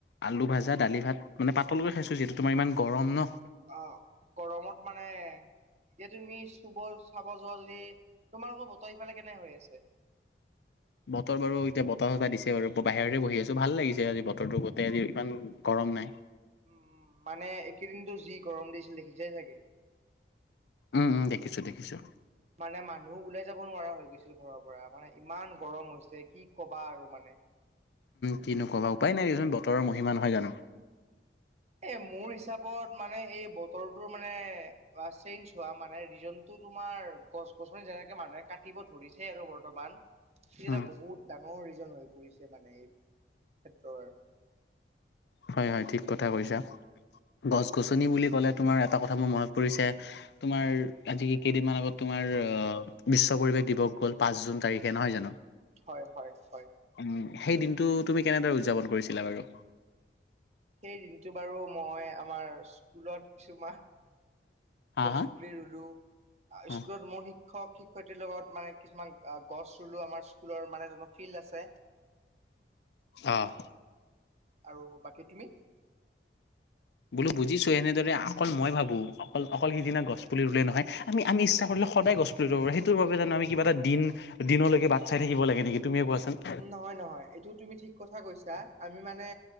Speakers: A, on the left (about 70°); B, on the right (about 35°).
A: আলু ভাজা দালি ভাত মানে পাতলকৈ খাইছোঁ যিহেতু তোমাৰ ইমান গৰম ন
B: অ গৰমত মানে এতিয়া তুমি চুবৰ খাব যোৱা যদি তোমালোকৰ বতৰ ইফালে কেনে হৈ আছে
A: বতৰ বাৰু এতিয়া বতাহ চতাহ দিছে বাৰু বাহিৰৰে বহি আছোঁ ভাল লাগিছে আজি বতৰটো গোটেই আজি ইমান গৰম নাই
B: উম মানে এইেকেদিনতো যি গৰম দিছিল দেখিছাই চাগে
A: উম উম দেখিছো দেখিছো
B: মানে মানুহ ওলাই যাব নোৱাৰা হৈ গৈছিল ঘৰৰ পৰা মানে ইমান গৰম হৈছে কি কবা আৰু মানে
A: কিনো ক'বা উপায় নাই দেচোন বতৰৰ মহিমা নহয় জানো
B: এ মোৰ হিচাপত মানে এই বতৰটো মানে অ চেইঞ্জ হোৱা মানে ৰিজনটো তোমাৰ গছ গছনি যেনেকে মানুহে কাটিব ধৰিছে আৰু বৰ্তমান সি এটা
A: উম
B: বহুত ডাঙৰ ৰিজন হৈ পৰিছে মানে এই ফেক্টৰ
A: হয় হয় ঠিক কথা কৈছা গছ গছনি বুলি কলে তোমাৰ এটা কথা মোৰ মনত পৰিছে তোমাৰ আজি কি কেইদিনমান আগত তোমাৰ অ বিশ্ব পৰিৱেশ দিৱস গ'ল পাঁচ জুন তাৰিখে নহয় জানো?
B: হয় হয় হয়।
A: উম সেই দিনটো তুমি কেনেদৰে উদযাপন কৰিছিলা বাৰু?
B: সেই দিনটো বাৰু মই আমাৰ স্কুলত কিছুমান
A: হা
B: গছ
A: হা
B: পুলি ৰুলো
A: অ
B: স্কুলত মোৰ শিক্ষক শিক্ষয়িত্ৰীৰ লগত মানে কিছুমান গছ ৰুলো আমাৰ স্কুলৰ মানে ফিল্ড আছে
A: অ'
B: আৰু বাকী তুমি?
A: বোলো বুজিছো, এনেদৰে অকল মই ভাবো অকল অকল সিদিনা গছ পুলি ৰুলে নহয় আমি আমি ইচ্ছা কৰিলে সদায় গছ পুলি ৰুব পাৰো, সেইটোৰ বাবে জানো আমি কিবা দিন দিনলৈকে বাট চাই থাক লাগে নেকি তুমিয়ে কোৱাচোন?
B: নহয় নহয় এইটোও তুমি ঠিক কথা কৈছা। আমি মানে